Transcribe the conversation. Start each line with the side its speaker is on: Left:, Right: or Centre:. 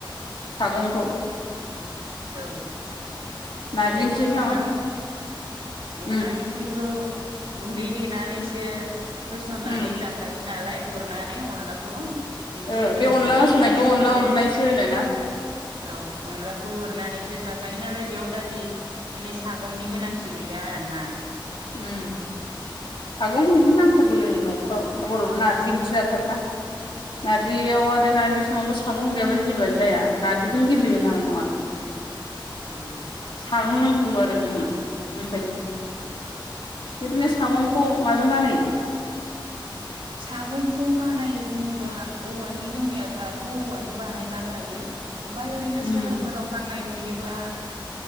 Left: सागंखौ
Right: औ
Left: नारजि
Right: ओरैनोथ'
Left: ओंख्रि
Right: अनला
Left: सागं
Right: अनला
Left: उम
Right: ओंख्रै बेखौ गुन्दै देनानैसो होसननानै
Left: उम
Right: जाखायो जायो नालाय उरनानै अनलाखौ ओंख्रि
Left: ओ
Right: गोदौनायाव
Left: बे अनला होसननायखौ
Right: उरनानैसो
Left: अनला उरनायसो होनो ना
Right: औ अनलाखौ खौ उरनानैसो जाखायो नालाय बेयाव दालि माने सागंनि गोनांथि गैया आरो ना
Left: उम सागंखौ बिदिनो नांथारगौ जोंनि नखराव बर'फ्रा नारजि ओंख्रि जाथारोना नारजियाव आरो नारजि सङाबा सागं गैयाबा जेबोआनो जाया नारजिखौनो गेबले होनो नङा <inaudible>
Right: औ
Left: सागं नांथारगौ आरो जोनो ओंखायनो
Right: <inaudible>
Left: बिदिनो सागंखौ माजों बानायो
Right: सागंखौ बानायो बुङोबा औवानि जोंनिया दाथ' औवानि बानायना लायो ओमफफ्राय ओरैनो
Left: उम
Right: सहरफोराव फाननाय नुयोबा